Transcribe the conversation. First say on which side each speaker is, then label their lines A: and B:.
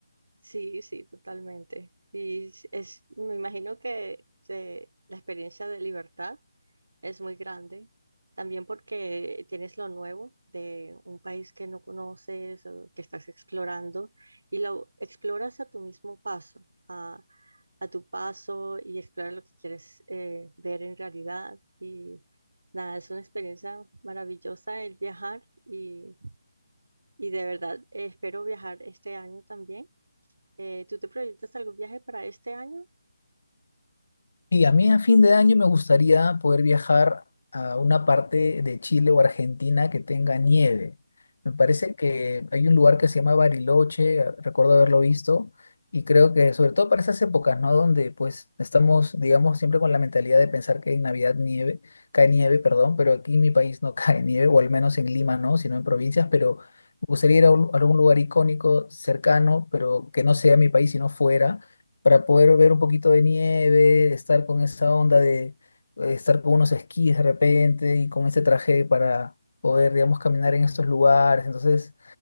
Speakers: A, on the right; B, on the left.
A: Sí, sí, totalmente. Y es, es- me imagino que eh, la experiencia de libertad es muy grande. También porque tienes lo nuevo de un país que no conoces, o que estás explorando, y lo exploras a tu mismo paso, a, a tu paso y exploras lo que quieres eh, ver en realidad. Y nada, es una experiencia maravillosa el viajar y, y de verdad eh, espero viajar este año también. Eh, ¿tú te proyectas algún viaje para este año
B: Y a mí a fin de año me gustaría poder viajar a una parte de Chile o Argentina que tenga nieve. Me parece que hay un lugar que se llama Bariloche, a- recuerdo haberlo visto, y creo que sobre todo para esas épocas, ¿no? Donde pues estamos, digamos, siempre con la mentalidad de pensar que en Navidad nieve, cae nieve, perdón, pero aquí en mi país no <laughs> cae nieve, o al menos en Lima no, sino en provincias, pero me gustaría ir a, un- a algún lugar icónico, cercano, pero que no sea mi país, sino fuera para poder ver un poquito de nieve, estar con esa onda de eh, estar con unos esquís de repente y con ese traje para poder, digamos, caminar en estos lugares. Entonces,